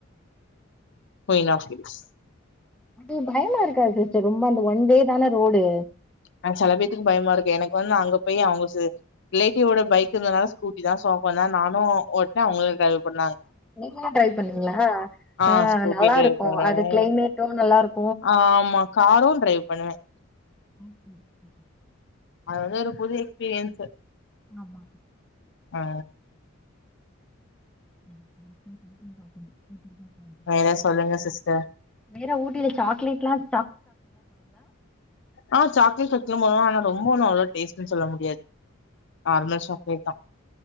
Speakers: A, on the left (about 60°); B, in the centre.
A: போய் லாஸ்ட்மினிட்
B: அது பயமா இருக்காது சிஸ்டர் ரொம்ப அந்த ஒன் வே தானே அந்த ரோடு
A: அ சில பேத்துக்கு பயமா இருக்கு எனக்கு வந்து அங்க போய் அவங்க ரிலேட்டிவ்வோட பைக் இருந்தனால ஸ்கூட்டி தான் சோ நானும் ஓட்டேன் அவங்கள டிரைவ் பண்ணு
B: நீங்களும் ட்ரைவ் பண்ணீங்களா
A: ஆ
B: அ
A: ஸ்கூட்டி
B: நல்லா
A: டிரைவ்
B: இருக்கும்
A: பண்ணுவே
B: அது கிளைமேட்டும் நல்லா இருக்
A: ஆமா காரும் டிரைவ் பண்ணுவேன்
B: <inaudible>
A: அது வந்து ஒரு புது எக்ஸ்பீரியன்ஸ்சு
B: ஆமா
A: ஆ
B: <unintelligible>
A: வேற சொல்லுங்க சிஸ்டர்
B: வேற ஊட்டில சாக்லேட்லாம்
A: ஆ சாக்லேட் பேக்ட்ரீல போனோம் ஆனா ரொம்போ நல்ல டேஸ்ட்ன்னு சொல்ல முடியாது நார்மல் சாக்லேட்தான்